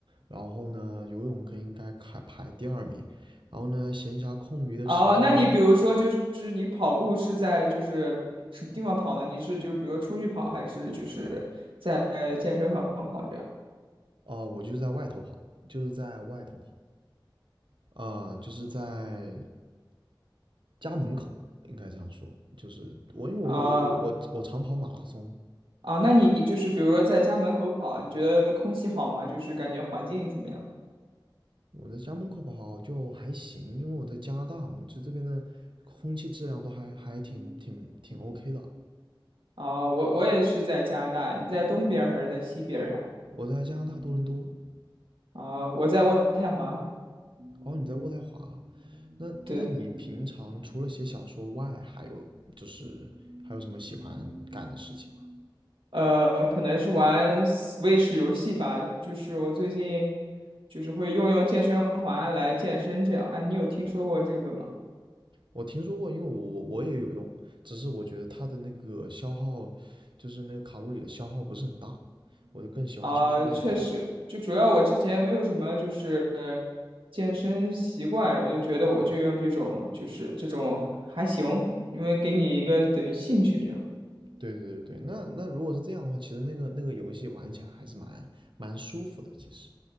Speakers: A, on the right; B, on the right.
A: 然后呢，游泳可应该排排第二名。然后呢，闲暇空余的时间呢，
B: 哦，那你比如说就是你跑步是在就是什么地方跑呢？你是就是比如说出去跑，还是就是在健身房跑这样
A: 呃，我就是在外头跑，就是在外头跑，呃，就是在家门口，应该这样说。就是我，因为我我我我我常跑马拉松，
B: 啊？哦啊，那你就是比如说在家门口跑，你觉得空气好吗？就是感觉环境怎么样？
A: 我在家门口跑就还行，因为我在加拿大嘛，就这边的空气质量都还还挺挺挺 OK 的。
B: 啊，我我也是在加拿大，你在东边儿还是在西边儿呀？
A: 我在加拿大多伦多，
B: 啊，我在渥太华，
A: 哦，你在渥太华，那那你平常除了写小说外，
B: 对，
A: 还有就是还有什么喜欢干的事情吗？
B: 呃，可能是玩 Switch 游戏吧，就就是我最近就是会用用健身环来健身这样。哎，你有听说过这个吗？
A: 我听说过，因为我我也有用，只是我觉得它的那个消耗，就是那个卡路里的消耗不是很大，我就更喜欢出去外面。
B: 啊，确实，就主要我之前没有什么就是健身习惯，我就觉得我就用这种就是这种还行，因为给你一个等于兴趣这样。
A: 对对对对，那那如果是这样的话，其实那个那个游戏玩起来还是蛮蛮舒服的，其实。